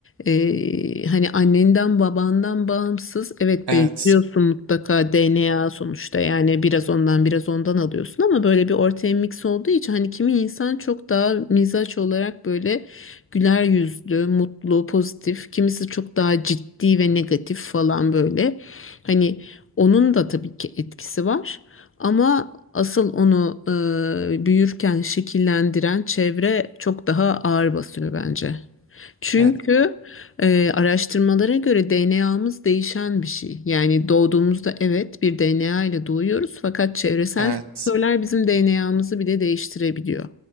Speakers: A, on the left (about 35°); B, on the right (about 80°).
A: ee, hani annenden babandan bağımsız evet
B: evet,
A: benziyorsun mutlaka DNA sonuçta yani biraz ondan biraz ondan alıyorsun ama böyle bir ortaya mix olduğu için hani kimi insan çok daha mizaç olarak böyle güler yüzlü, mutlu, pozitif, kimisi çok daha ciddi ve negatif falan böyle. Hani onun da tabii ki etkisi var ama asıl onu e, büyürken şekillendiren çevre çok daha ağır basıyor bence. Çünkü
B: evet,
A: e, araştırmalara göre DNA'mız değişen bir şey. Yani doğduğumuzda evet bir DNA ile doğuyoruz fakat çevresel
B: evet.
A: faktörler bizim DNA'mızı bile değiştirebiliyor.